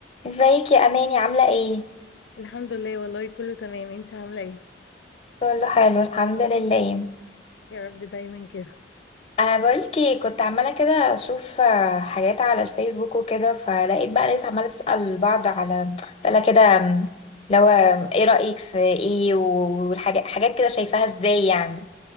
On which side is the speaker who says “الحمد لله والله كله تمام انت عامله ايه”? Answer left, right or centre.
Left